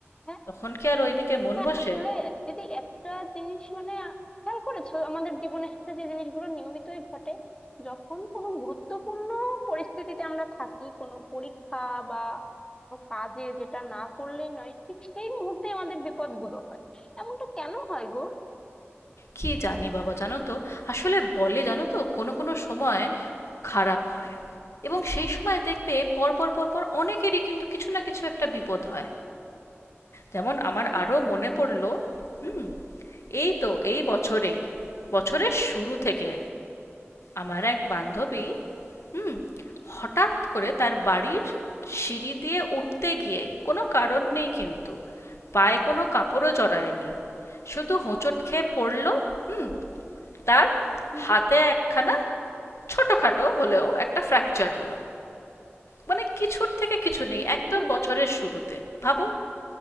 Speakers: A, on the left (about 20°); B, on the left (about 85°).
A: হ্যাঁ
B: তখন কি আর ওইদিকে মন
A: হ্যাঁ
B: বসে
A: আসলে দিদি একটা জিনিস মানে খেয়াল করেছো আমাদের জীবনের সাথে যে জিনিসগুলো নিয়মিতই ঘটে যখন কোনো গুরুত্বপূর্ণ পরিস্থিতিতে আমরা থাকি কোনো পরীক্ষা বা কোনো কাজে যেটা না করলেই নয় ঠিক সেই মুহূর্তে আমাদের বিপদগুলো হয় এমনটা কেন হয় গো
B: কি জানি বাবা জানো তো আসলে বলে জানো তো কোনো কোনো সময় খারাপ হয় এবং সেই সময় দেখবে পরপর পরপর অনেকেরই কিন্তু কিছু না কিছু একটা বিপদ হয় যেমন আমার
A: হ্যাঁ
B: আরও মনে পড়লো হুম এই তো এই বছরেই বছরের শুরু থেকে আমার এক বান্ধবী হুম হঠাৎ করে তার বাড়ির সিঁড়ি দিয়ে উঠতে গিয়ে কোনো কারণ নেই কিন্তু পায়ে কোনো কাপড়ও জড়ায়নি শুধু হোঁচট খেয়ে পড়ল হুম তার
A: মানে
B: হাতে একখানা ছোটোখাটো হলেও একটা ফ্র্যাকচার হলো মানে কিছুর থেকে কিছু নেই একদম
A: শুধুই
B: বছরের শুরুতে ভাবো